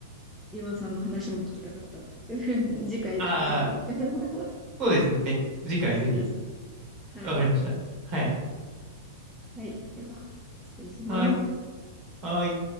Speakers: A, in the centre; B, on the right (about 35°).
A: 岩尾さんの話も聞きたかった。<laughs> 次回ぜひ
B: ああ、
A: <laughs> 聞か
B: そうですね。次回ぜひ。
A: せてください。はい。
B: わかりました。はい。
A: はい。では、失礼します。
B: はい。はい。